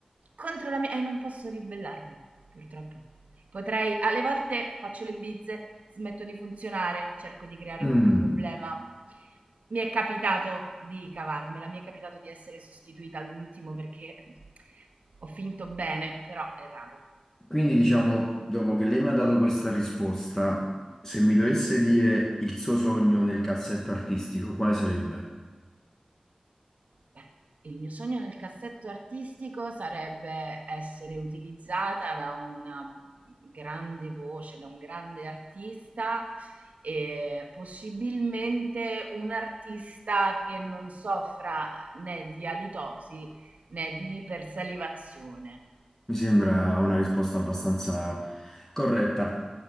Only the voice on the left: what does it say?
Mm.
Quindi diciamo, dopo che lei mi ha dato questa risposta, se mi dovesse dire il suo sogno nel cassetto artistico, quale sarebbe?
Mi sembra una risposta abbastanza corretta.